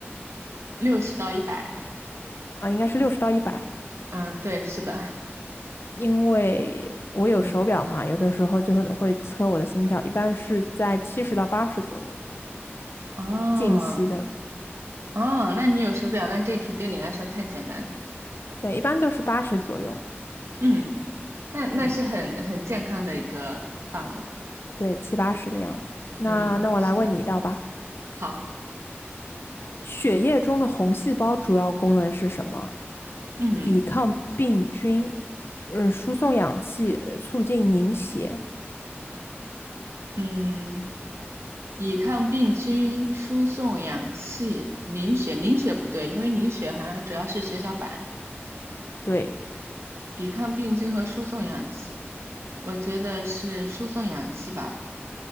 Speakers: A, on the right; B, on the left.
A: 六十到一百，
B: 啊，应该是六十到一百。
A: 嗯，对，是的，
B: 因为我有手表嘛，
A: 嗯，
B: 有的时候就会会测我的心跳，一般是在七十到八十左右，
A: 哦
B: 静息的，
A: 哦，那你有手表，那这题对你来说太简单了，
B: 对，一般都是八十左右，
A: 嗯，那那是很很健康的一个范围，
B: 嗯，对，七八十的样子。那那我来问你一道吧，
A: 嗯，是的，好，
B: 血液中的红细胞主要功能是什么？
A: 嗯
B: 抵抗病菌，嗯，输送氧气，呃促进凝血，
A: 嗯，抵抗病菌，输送氧气，凝血，凝血不对，因为凝血好像主要是血小板。
B: 对，
A: 抵抗病菌和输送氧气。我觉得是输送氧气吧。